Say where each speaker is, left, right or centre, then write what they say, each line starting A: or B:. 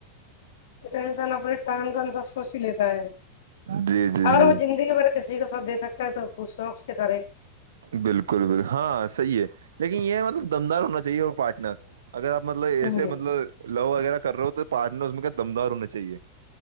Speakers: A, on the left; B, on the right.
A: تو انسان اپنے ٹائم کا انسار سوچ ہی لیتا ہے
B: جی جی
A: اگر
B: جی
A: وہ زندگی بھر کسی کا ساتھ دے سکتا ہے تو کچھ شوق سے کرے
B: بالکل بالکل ہاں ہاں صحیح ہے لیکن یہ ہے مطلب دمدار ہونا چاہیے اور پارٹنر اگر آپ مطلب
A: ہوں
B: ایسے
A: ہوں
B: مطلب لو وغیرہ کر رہے ہو تو پارٹنر اس میں کا دمدار ہونا چاہیے